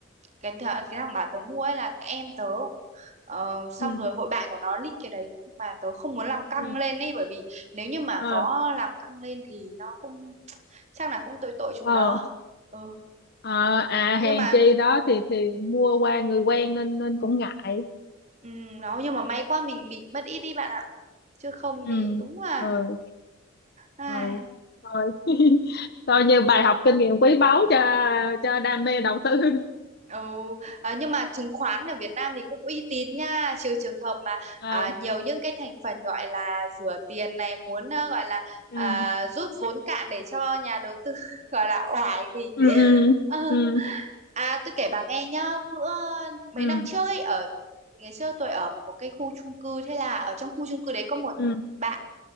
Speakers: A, on the right (about 35°); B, on the left (about 50°).
A: cái, th cái thằng bà tớ mua ấy là em tớ Ờ, xong
B: ừ
A: rồi hội bạn của nó lít cái đấy nhưng mà tớ không muốn làm căng
B: ừ
A: lên ấy bởi vì nếu như mà
B: ờ
A: có làm căng lên thì nó cũng chắc là cũng tội tội chúng
B: ờ
A: nó ừ
B: Ờ, à
A: nhưng
B: hèn
A: mà
B: chi đó thì thì mua qua người quen nên nên cũng ngại
A: ừ, nó nhưng mà may quá mình bị mất ít đi bạn ạ chứ không
B: ừ
A: thì đúng là
B: ừ
A: ai
B: ừ thôi <laughs> coi như bài học kinh nghiệm quý báu cho cho đam mê đầu tư
A: Ừ, à, nhưng mà chứng khoán ở Việt Nam thì cũng uy tín nha trừ trường hợp mà
B: <laughs>
A: à,
B: à,
A: nhiều những cái thành phần gọi là rửa tiền này muốn ờ, gọi là à,
B: ừ
A: rút vốn cạn để cho nhà đầu tư <laughs> gọi là oải thì
B: ừ ừ
A: Ờ.
B: ừ
A: à tôi kể bà nghe nhá bữa mấy
B: ừ
A: năm trước ấy ở ngày xưa tôi ở một cái khu chung cư thế là ở trong khu chung cư đấy có một
B: ừ
A: bạn